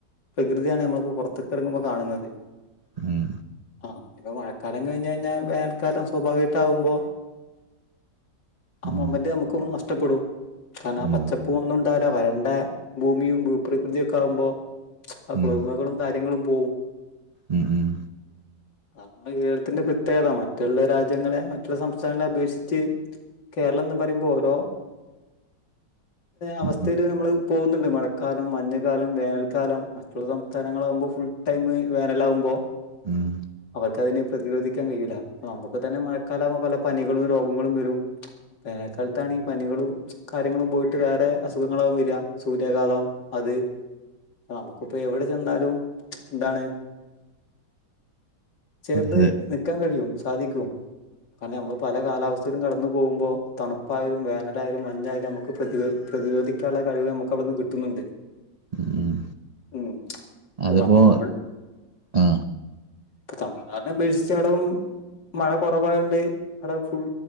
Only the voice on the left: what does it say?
പ്രകൃതിയാണ് നമ്മളിപ്പോ പുറത്തക്കിറങ്ങുമ്പോൾ കാണുന്നത്
ആ ഇപ്പൊ മഴക്കാലം കഴിഞ്ഞ കഴിഞ്ഞാൽ വേനൽക്കാലം സ്വാഭാവികട്ടാ ആവുമ്പോ ആ
മെമ്മന്റ് നമുക്ക് നഷ്ടപ്പെടും കാരണം ആ
പച്ചപ്പൂ ഒന്നും ഇണ്ടാല വരണ്ട നടെ ഭൂമിയും ഭൂപ്രകൃതിയ ഒക്കെ ആകുമ്പോ ആ
കുളിർമകളും കാര്യങ്ങളും പോകും
അതാണ് നമ്മുടെ കേരളത്തിന്റെ പ്രത്യേകത മറ്റുള്ള രാജ്യങ്ങളെ മറ്റുള്ള സംസ്ഥാനങ്ങളെ അപേക്ഷിച്ച് കേരളം എന്ന് പറയുമ്പോ ഓരോ അവസ്ഥയിയില്
നമ്മള് പോകുന്നുണ്ട് മഴക്കാലം മഞ്ഞ കാലം വേനൽക്കാലം മറ്റുള്ള സംസ്ഥാനങ്ങളൾ ആകുമ്പോൾ ഫുൾ ടൈം വേനല് ആകുമ്പോൾ
അവർക്ക് അതിന് പ്രതിരോധിക്കാൻ കഴിയില്ല നമുക്ക് തന്നെ മഴക്കാല ആക്പോ പല പനികളും രോഗങ്ങളും വരും വേനക്കാലത്താണ് പനികളും കാര്യങ്ങളും പോയിട്ട് വേറെ അസുഖങ്ങളാകും വരിക സൂര്യാഘാതം അത് നമുക്കിപ്പോ എവിടെ ചെന്നാലും എന്താണ് ചേർന്ന്
നിക്കാൻ കഴിയും സാധിക്കും കാരണം നമ്മൾ പല കാലാവസ്ഥയിലും കടന്നു പോകുമ്പോ തണുപ്പായാലും വേനലായാലും മഞ്ഞായാലും നമുക്ക് പ്രതിക പ്രതിരോധിക്കാനുള്ള കഴിവ് നമുക്ക് അവിടുന്ന് കിട്ടുന്നുണ്ട്
ഉം ഇപ്പൊ
തമിഴ്നാട്
ഇപ്പൊ തമിഴ്നാടിനെ അപേക്ഷിച്ചടവും മഴ കുറവായതുകൊണ്ട് അവിടെ ഫുൾ